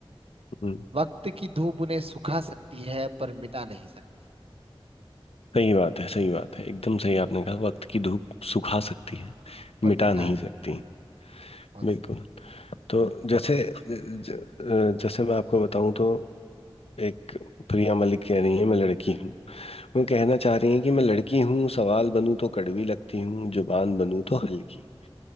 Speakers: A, on the left; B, on the right.
A: हम्म।
B: वक्त की धूप उन्हें सुखा सकती है पर मिटा नहीं सकती
A: सही बात है सही बात है एकदम सही आपने कहा वक्त की धूप सुखा सकती है
B: पर
A: मिटा
B: मिटा
A: नहीं
B: नहीं
A: सकती
B: बस
A: बिल्कुल तो जैसे ज, ज- जैसे मैं आपको बताऊं तो एक प्रिया मलिक कह रही हैं मैं लड़की हूँ वो कहना चाह रही हैं कि मैं लड़की हूँ सवाल बनूं तो कड़वी लगती हूँ जुबान बनूं तो हल्की